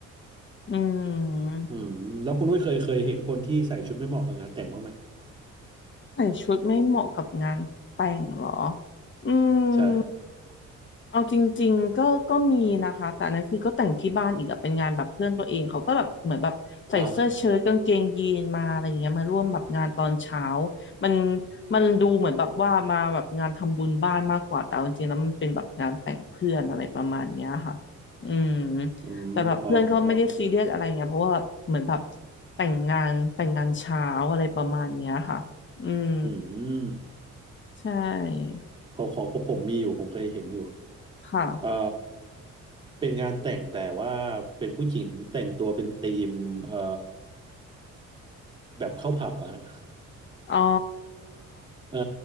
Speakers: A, on the left; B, on the right.
A: <laughs> อืม
B: อืมแล้วคุณนุ้ยเคยเคยเห็นคนที่ใส่ชุดไม่เหมาะกับงานแต่งบ้างไหม
A: ใส่ชุดไม่เหมาะกับงานแต่งเหรออื
B: ใช่
A: ม เอาจริงๆก็ก็มีนะคะแต่อันนั้นคือก็แต่งที่บ้านอีกอะเป็นงานแบบเพื่อนตัวเองเขาก็แบบเหมือนแบบใส่เสื้อเชิ้ตกางเกงยีนมาอะไรอย่างเงี้ยมาร่วมแบบงานตอนเช้า
B: อ่า
A: มันมันดูเหมือนแบบว่ามาแบบงานทำบุญบ้านมากกว่าแต่เอาจริงๆแล้วมันเป็นแบบงานแต่งเพื่อนอะไรประมาณเนี้ยค่ะอืม
B: อืมนึกออกนึกออก
A: แต่แบบเพื่อนก็ไม่ได้ซีเรียสอะไรเงี้ยเพราะว่าแบบเหมือนแบบแต่งงานแต่งงานเช้าอะไรประมาณเนี้ยค่ะอืม
B: อืม
A: ใช่
B: ของของของผมมีอยู่ผมเคยเห็นอยู่
A: ค่ะ
B: เอ่อเป็นงานแต่งแต่ว่าเป็นผู้หญิงแต่งตัวเป็นธีมเอ่อแบบเข้าผับอะฮะ
A: อ๋อ
B: เอ่อ